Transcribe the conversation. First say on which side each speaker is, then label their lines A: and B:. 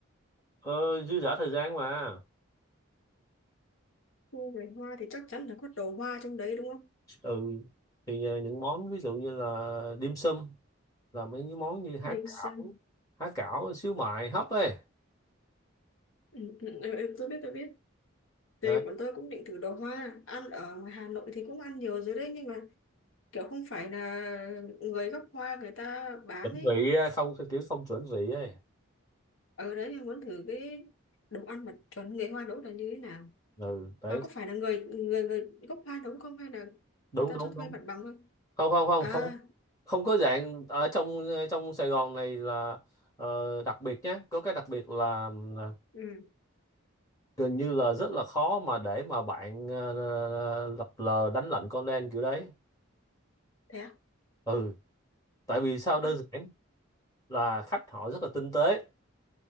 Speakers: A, on the left; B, on the left.
A: ờ, dư dả thời gian mà
B: khu người hoa thì chắc chắn là có đồ hoa trong đấy đúng không
A: ừ thì ờ, những món ví dụ như là dim sum là mấy cái món như há
B: đi
A: cảo
B: xem
A: há cảo xíu mại hấp ấy
B: ừ, ừ, ừ, ừ, tôi biết tôi biết
A: đấy.
B: Thì bọn tôi cũng định thử đồ hoa ăn ở ngoài Hà Nội thì cũng ăn nhiều rồi đấy nhưng mà kiểu không phải là người gốc hoa người ta bán
A: chuẩn
B: ấy
A: vị ờ, không kiểu không chuẩn vị ấy
B: ở đấy thì muốn thử cái đồ ăn mà chuẩn người hoa nấu là như thế nào
A: ừ đấy
B: mà có phải là người người người gốc hoa nấu không hay là
A: đúng
B: người ta
A: đúng
B: cho
A: đúng
B: thuê mặt bằng thôi
A: không không không
B: à
A: không không có dạng ở trong ờ, trong Sài Gòn này là ờ, đặc biệt nhé có cái đặc biệt là ừm,
B: ừ
A: gần như là rất là khó mà để mà bạn ờ, lập lờ đánh lận con đen kiểu đấy
B: thế à
A: ừ tại vì sao đơn
B: Ôi,
A: giản là khách họ rất là tinh tế